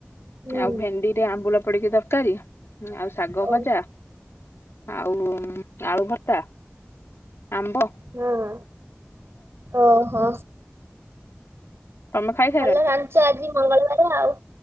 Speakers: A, on the right (about 85°); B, on the left (about 90°).
A: ହୁଁ
B: ଆଉ ଭେଣ୍ଡି ରେ ଆମ୍ବୁଳ ପଡିକି ତର ତରକାରୀ ଆଉ ଶାଗ
A: ଓ
B: ଭଜା। ଆଉ ଆଳୁ ଭତ୍ତା, ଆମ୍ୱ।
A: ହଁ ଓହୋ।
B: ତମେ ଖାଇସାରିଲଣି
A: ଭଲ ରାନ୍ଧୀଛ ଆଜି ମଙ୍ଗଳବାର ଆଉ।